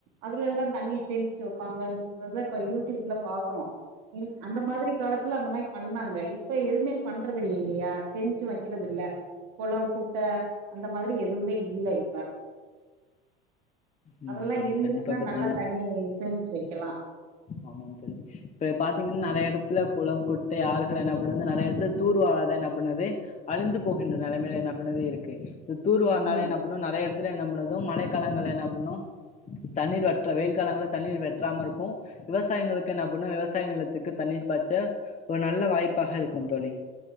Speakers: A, on the right (about 65°); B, on the left (about 25°).
A: அதுல எல்லா தண்ணிய சேமிச்சு வப்பாங்கன்றத இப்ப யூடியூப்ல பாக்குறோ அந்த மாதிரி காலத்துல அந்த மாரி பண்ணாங்க இப்ப எதுமே பண்றது இல்ல இல்லியா சேமிச்சு வெக்கிறது இல்ல கொளோம் குட்ட அந்த மாதிரி எதுமே இல்ல இப்ப
B: ஆமாம்
A: அதல்லா
B: தோழி
A: இருந்துச்சுன்னா
B: கண்டிப்பா பாத்தீங்கன்னா
A: நல்லா தண்ணி சேமிச்சு வக்கலா
B: ஆமாம் தோழி இப்ப பாத்தீங்கன்னா நறைய எடத்துல குளம் குட்டை ஆறுகள் என்ன பண்ணுது நறைய எடத்துல தூர்வாராத என்ன பண்ணுது அழிந்து போகின்ற நெலமைல என்ன பண்ணுது இருக்கு இத தூர்வார்னாலே
A: ம்
B: என்ன இன்னு நறைய எடத்துல என்ன பண்றது மழ காலங்கள்ல என்ன பண்ணு தண்ணீர் வட்ற வெயில் காலங்கள்ல தண்ணீர் வெட்றாம இருக்கு விவசாயங்களுக்கு என்ன பண்ணு விவசாய நிலத்துக்கு தண்ணீர் பாச்ச ஒரு நல்ல வாய்ப்பாக இருக்கு தோழி